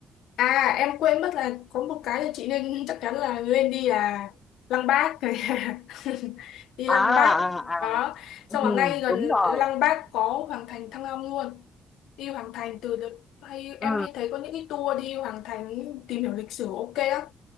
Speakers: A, on the left; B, on the left.
A: à em quên mất là có một cái là chị nên <laughs> chắc chắn là lên đi là Lăng Bác này. <laughs> Đi Lăng
B: à
A: Bác
B: à à
A: đó. Xong
B: ừ
A: là ngay gần
B: đúng rồi
A: Lăng Bác có Hoàng thành Thăng Long luôn. Đi Hoàng thành từ đợt hay em
B: ừ
A: hay thấy có những cái tour đi Hoàng thành tìm hiểu lịch sử ok á.